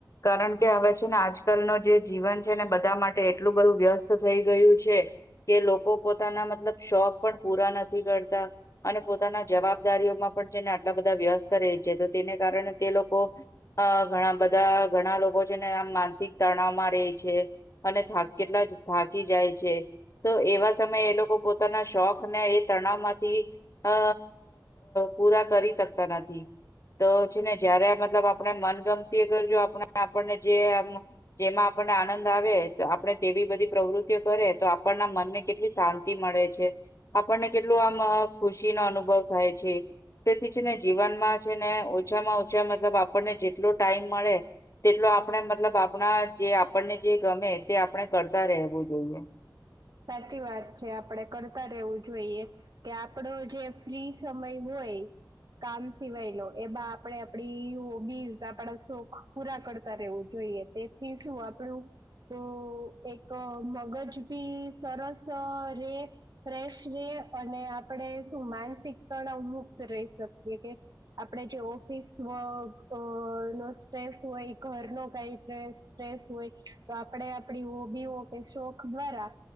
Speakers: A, on the left; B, on the right.
A: કારણ કે હવે છે ને આજકાલ ન જે જીવન છે ને બધા માટે એટલું બધું વ્યસ્ત થઈ ગયું છે. કે લોકો પોતાના મતલબ શોખ પણ પૂરા નથી કરતા અને પોતાના જવાબદારી. માં પણ છેને આટલા બધા વ્યસ્ત. છે તો તેને કારણે તે લોકો અ ઘણા બધા ઘણા લોકો છે ને આમ માનસિક ત ાવમાં ર છે અને કેટલા થાકી જાય છે તો એવા સમયે એ લોકો પોતાના શોખ ને એ તણાવ માંથી અ પૂરા કરી શકતા નથી <inaudible> તો છે ને જયારે મતલબ આપણે મનગમતી કરજ આપ આપણને જે જેમાં આપને આનંદ આવે તો આપણે તેવી બધી પ્રવૃત્તિઓ કરે તો આપણના મનને કેટલી શાંતિ મળે છે આપણને કેટલું આમ ખુશીનોો અનુભવ થાય છે તેથી જ ને જીવનમાં ને ઓછામાં ઓછા મતલબ આપણને જેટલો ટાઈમ મળે તેટલો આપણે મતલબ આપણા જે આપણને જે ગમે તે આપણે કરતા રહેવું જોઈએ
B: સાચી વાત છે આપડે કરતા રહેવું જોઈએ કે આપડો જે ફ્રી સમય હોય હો કામ સિવાયનો એમાં આપડે આપડી હોબીઝ આપડા શોખ પૂરા કરતા રહેવું જોઈએ તેથી શું આપણું એક મગજ ભી સરસ રે ફ્રેશ રે અને આપડ શું માનસિક તણ અ રહી શકીએ કે આપણે જે ઓફિસ વક નો સ્ટ્રેસ હોય ઘર ન કઈ સસ હોય તો આપણેે આપણી હોબીઓ કે શોખ દ્વારા